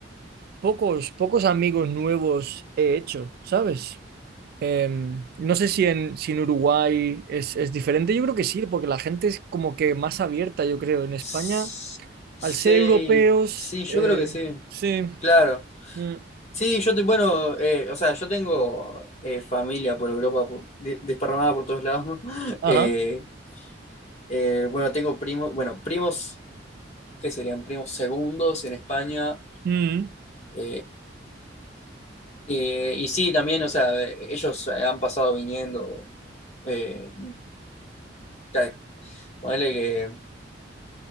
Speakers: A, on the right; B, on the left.
A: pocos, pocos amigos nuevos he hecho, ¿sabes? Eh, no sé si en, si en Uruguay es, es diferente, yo creo que sí, porque la gente es como que más abierta, yo creo. En España,
B: S- Sí,
A: al ser europeos,
B: sí, yo
A: eh,
B: creo que sí.
A: sí.
B: Claro.
A: mm.
B: Sí, yo, te- bueno, eh, o sea, yo tengo eh, familia por Europa, por- di- desparramada por todos lados. <laughs>
A: Ajá.
B: Eh, eh, bueno, tengo primos, bueno, primos, ¿qué serían? Primos segundos en España.
A: Mm,
B: eh, eh, y sí, también, o sea, eh, ellos eh, han pasado viniendo. Eh, ta- ponele que.